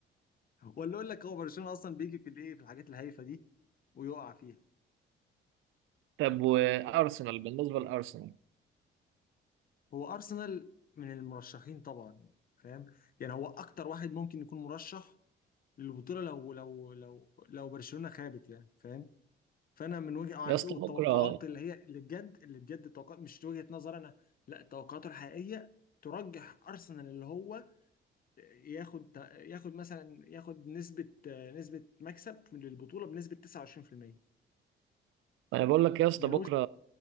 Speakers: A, on the left; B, on the right.
A: ولا اقول لك هو برشلونة اصلا بيجي في الايه في الحاجات الهايفة دي ويقع فيها
B: طب وارسنال بالنسبه لارسنال
A: هو ارسنال من المرشحين طبعا فاهم يعني هو اكتر واحد ممكن يكون مرشح للبطولة لو لو لو لو برشلونة خابت يعني فاهم فانا من وجهه على
B: يا اسطى
A: فكره والتوقعات
B: بكره
A: اللي هي اللي بجد اللي بجد التوقعات مش وجهه نظر انا لا التوقعات الحقيقيه ترجح ارسنال اللي هو ياخد ياخد مثلا ياخد نسبه نسبه مكسب للبطوله بنسبه 29%
B: انا بقول لك يا اسطى
A: يعني
B: بكره
A: قلت